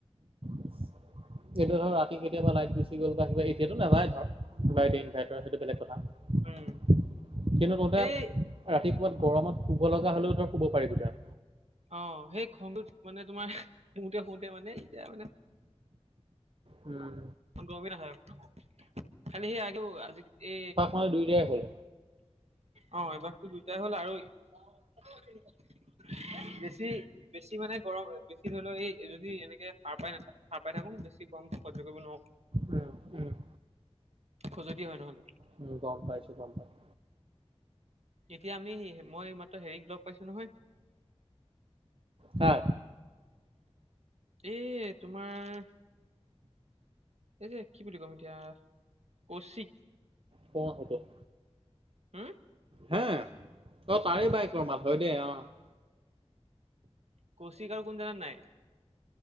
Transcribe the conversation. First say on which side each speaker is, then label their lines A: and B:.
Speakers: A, on the right (about 55°); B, on the right (about 75°).
A: এতিয়া ধৰ ৰাতি কেতিয়াবা লাইট গুচি গ'ল বাহি বাহিত সেইটো নাযায় ধৰ বাইট ইনভাৰটাৰ সেইটো বেলেগ কথা।
B: উম
A: কিন্তু তহঁতে
B: সেই
A: ৰাতি ক'বাত গৰমত শুব লগা হলেও তই শুব পাৰিবি তই।
B: অ সেই খংটোত মানে তোমাৰ শুওঁতে শুওঁতে মানে এতিয়া মানে
A: উম।
B: গমি নাহে এপটো খালি সি আৰু আজি এ
A: নহয় দুয়োটাই হ'ল
B: অ অভ্যাসটো দুয়টাই হ'ল আৰু <unintelligible> <unintelligible> বেছি বেছি মানে গৰম বেছি ধৰি লও এই যদি এনেকে সাৰ পাই নাথ সাৰ পাই থাকো বেছি গৰমটো সহ্য কৰিব নোৱাও।
A: উম উম।
B: খজুতি হয় নহ'লে।
A: উম গম পাইছো গম পাইছো।
B: এতিয়া আমি মই মাত্ৰ হেৰিক লগ পাইছো নহয়।
A: কাক?
B: এ তোমাৰ এই যে কি বুলি কম এতিয়া কৌশিক
A: কোন সেটো-
B: হম
A: হে অ' তাৰে বাইকৰ মাত হয় দেই অ'।
B: কৌশিক কোন জানা নাই।